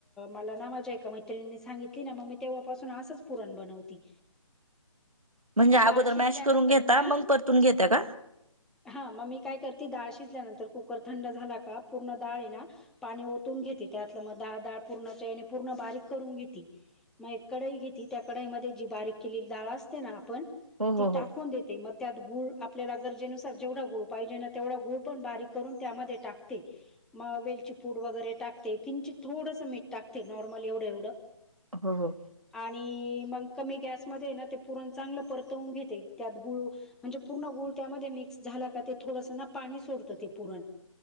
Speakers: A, in the centre; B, on the right.
A: मला ना माझ्या एका मैत्रिनी सांगितली ना, म मी तेव्हापासून असच पुरण बनवती.
B: म्हणजे अगोदर
A: डाळ शिजल्यानंतर
B: मॅश करून घेता,
A: ना
B: मंग परतून घेत्या का?
A: हां मग मी काय करती, डाळ शिजल्यानंतर, कुकर थंड झाला का, पूर्ण डाळ ये ना पाणी ओतून घेते त्यातलं, म दाळ-दाळ पूरणाच्या याने, पूर्ण बारीक करून घेती. म एक कडई घेती, त्या कडईमध्ये, जी बारीक केलेली डाळ असते ना आपण,
B: हो
A: ती
B: हो
A: टाकून
B: हो
A: देते, म त्यात, गुळ आपल्याला गरजेनुसार, जेवढा गुळ पाहिजे ना, तेवढा गुळ पण बारीक करून, त्यामध्ये टाकते. म वेलची फूड वगैरे टाकते, किंचित थोडंसं मीठ टाकते, नॉर्मल एवढं-एवढं.
B: ह्म ह्म.
A: आणि मंग कमी गॅसमध्ये ना, ते पुरण चांगलं परतवून घेते, त्यात गुळू म्हणजे पूर्ण गुळ त्यामध्ये मिक्स झाला का, ते थोडंसं ना, पाणी सोडतं, ते पुरण.